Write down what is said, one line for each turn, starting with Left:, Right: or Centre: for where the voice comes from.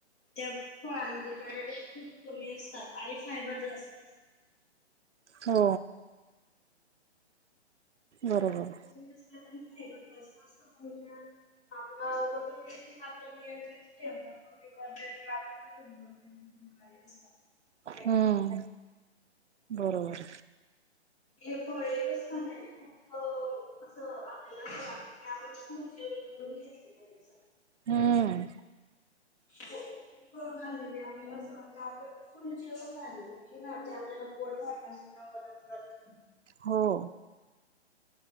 Left: त्या फळांमध्ये तकॅलोरीझ खूप कमी असतात. आणि फायबर जास्त असत.
Right: हो.
Left: ु
Right: बरोबर
Left: ब अस अस <unintelligible> आपल वजून देखील आपल नियंत्रित ठेवत कमी कर ते आपल्याला खूप ग पण काही असतात.
Right: हम्म
Left: ड्रॅगन फ्रूट
Right: बरोबर.
Left: ए फोर एकच खाल्यानी खुप. खूप असं आपल्याला असं वाटत की आपण फुल जेवण करून घेतलेलं आहे या.
Right: हम्म.
Left: हो. फळ खाल्लेले आपल्याला अस वाटत आपल फुल जेवण झालेलय हे आपल्या थोड का होईना सुद्धा मदत करतो.
Right: हो.